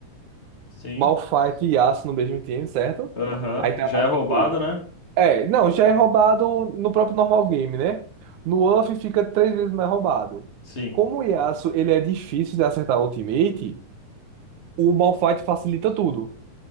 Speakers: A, on the left; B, on the right.
A: Sim.
B: Malphite e Yasuo no mesmo time, certo?
A: Aham.
B: Aí tá
A: Que já
B: lá
A: é roubado,
B: os dois.
A: né?
B: É, não, já é roubado no próprio normal game, né? No UF fica três vezes mais roubado.
A: Sim,
B: Como o Yasuo ele é difícil de acertar ultimate, o Malphite facilita tudo.